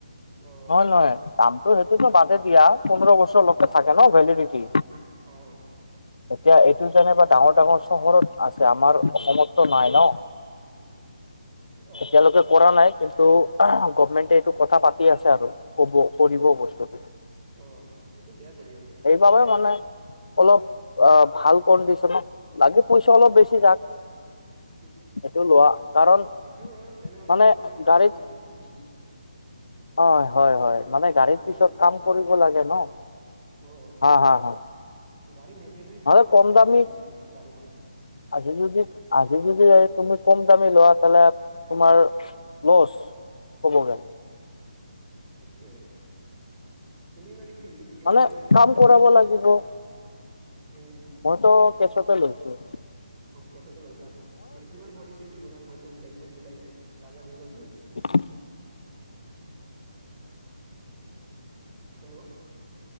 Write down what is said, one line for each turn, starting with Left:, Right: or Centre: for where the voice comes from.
Right: অ
Left: নহয় নহয় দাম ত সেইটোতো
Right: উম
Left: বাদে দিয়া পোন্ধৰ বছৰ লোক থাকে ন ভেলিডিটি।
Right: অ
Left: এতিয়া এইটো যেনেকে ডাঙৰ ডাঙৰ চহৰত আছে। আমাৰ অসমত নাই ন।
Right: অ অ
Left: এতিয়ালৈকে কৰা নাই। কিন্তু গভমেন্টে এইটো কথা পাতি আছে আৰু ক'ব কৰিব। বস্তুটো
Right: অ', এইটো বেয়া কৰি আছে কিবা
Left: সেইবাবে মানে অলপ অ', ভাল কল দিছে লাগিলে পইচা অলপ বেছি যাক।
Right: উ
Left: সেইটো লোৱা কাৰণ
Right: সেইটো হয় তেনেহলে
Left: মানে
Right: অলপমান পাছত
Left: গাড়ীত
Right: লম আৰু কি।
Left: অ
Right: মানে
Left: হয়
Right: পইচাটো
Left: হয়
Right: জমাই
Left: মানে গাড়ীৰ
Right: জমা কৰিলোঁ
Left: পিছত কাম কৰিব লাগে ন
Right: <inaudible> অ'।
Left: হা হা হা
Right: গাড়ী মেইনটেনেন্সটো
Left: নহলে কম দামী
Right: বেছি গাড়ী পৰা
Left: আজি যদি আজি যদি এই তুমি কম দামী লোৱা তেনে তোমাৰ লচ হ'ব জানো।
Right: সেইটোয়ে সেইটোয়ে। তুমি মানে কি ই এম
Left: মানে
Right: আই ত লৈছা
Left: কাম
Right: নাই এনে?
Left: কৰাব লাগিব
Right: উম
Left: মইতো কেচকে লৈছোঁ।
Right: অ', কেচতে লৈছা মানে কিমান পৰিছিল। গোটেই মিলাই চব মিলাই কাগজ যোগজ লৈ।
Left: <inaudible>
Right: হেল্ল'। হেল্ল। <unintelligible>